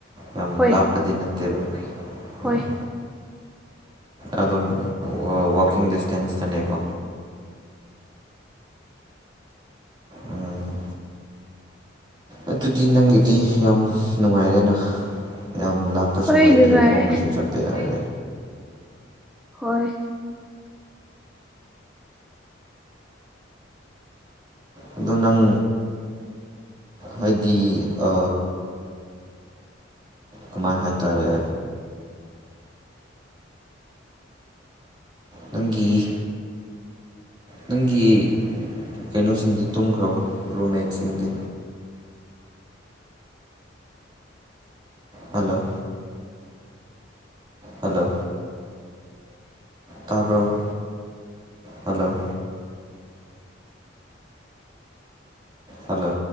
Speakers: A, on the right; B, in the centre.
A: ꯌꯥꯝ
B: ꯍꯣꯏ
A: ꯂꯥꯞꯄꯗꯤ ꯅꯠꯇꯦꯕ
B: ꯍꯣꯏ
A: ꯎꯝ ꯑꯗꯨꯝ ꯋꯥ ꯋꯀꯤꯡ ꯗꯤꯁꯇꯦꯟꯁꯇꯅꯦꯀꯣ ꯎꯝ ꯑꯗꯨꯗꯤ ꯅꯪꯒꯤꯗꯤ ꯌꯥꯝ ꯅꯨꯡꯉꯥꯏꯔꯦꯅ ꯌꯥꯝ ꯂꯥꯞꯄꯁꯨ
B: ꯍꯣꯏ
A: ꯑꯣꯏꯗ꯭ꯔꯦ
B: ꯅꯨꯡꯉꯥꯏ
A: ꯈꯣꯡꯅꯁꯨ ꯆꯠꯄ ꯌꯥꯔꯦ
B: ꯍꯣꯏ
A: ꯑꯗꯣ ꯅꯪ ꯍꯥꯏꯗꯤ ꯑ ꯀꯃꯥꯏ ꯍꯥꯏꯇꯥꯔꯦ ꯅꯪꯒꯤ ꯅꯪꯒꯤ ꯀꯩꯅꯣꯁꯤꯡꯗꯤ ꯇꯨꯝꯈ꯭ꯔꯕꯣ ꯔꯨꯝꯃꯦꯠꯁꯤꯡꯗꯤ ꯍꯜꯂꯣ ꯍꯜꯂꯣ ꯇꯥꯕ꯭ꯔꯣ ꯍꯜꯂꯣ ꯍꯜꯂꯣ